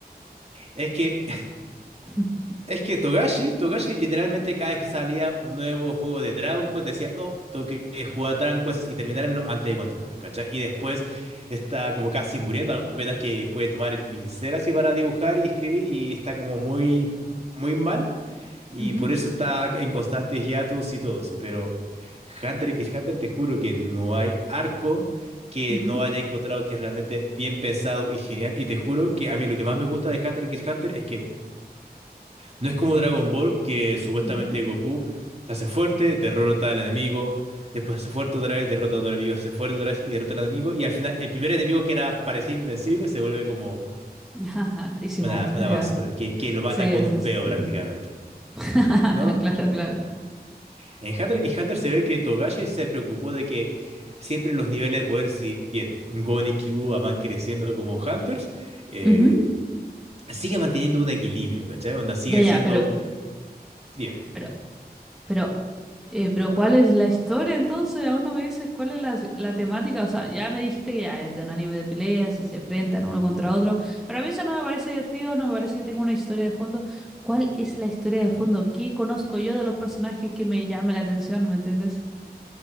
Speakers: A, on the right; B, in the centre.
A: es que
B: <laughs>
A: Es que Togashi, Togashi literalmente cada vez que salía un nuevo juego de Dragon Quest decía, no, tengo que eh, jugar Dragon Quest y terminármelo antes de continuar, ¿cachai? Y después está como casi muriendo, apenas que puede tomar el pincel así para dibujar y escribir y está como muy, muy mal y
B: Ujú,
A: por eso está en constantes hiatus y todo eso. Pero Hunter x Hunter, te juro que no hay arco que
B: ujú,
A: no haya encontrado que es realmente bien pensado y genial. Y te juro que a mí lo que más me gusta de Hunter x Hunter es que no es como Dragon Ball, que supuestamente
B: ujú.
A: Goku se hace fuerte, derrota al enemigo, después se hace fuerte otra vez, derrota a otro enemigo, se hace fuerte otra vez y derrota al enemigo. Y al final, el primer enemigo que era parecía invencible se vuelve como
B: <laughs> Ajá, Easy
A: una,
B: mode,
A: una basura,
B: ya.
A: que, que lo mata
B: Sí,
A: con
B: sí,
A: un
B: sí,
A: peo
B: sí.
A: prácticamente.
B: <laughs>
A: No, no.
B: Claro, claro.
A: En Hunter x Hunter se ve que Togashi se preocupó de que siempre los niveles de poder, si bien Gon y Killua van creciendo como Hunters, eh,
B: Ujú.
A: sigue manteniendo un equilibrio, ¿cachai? Onda siguen
B: Ya, ya,
A: siendo.
B: pero,
A: Dime.
B: pero, Pero, eh, pero ¿cuál es la historia entonces? Aún no me dices cuál es la, la temática. O sea, ya me dijiste que ya es de un anime de peleas y se enfrentan uno contra otro. Pero a mí eso no me parece divertido, no me parece que tenga una historia de fondo. ¿Cuál es la historia de fondo? ¿Qué conozco yo de los personajes que me llame la atención? ¿Me entiendes?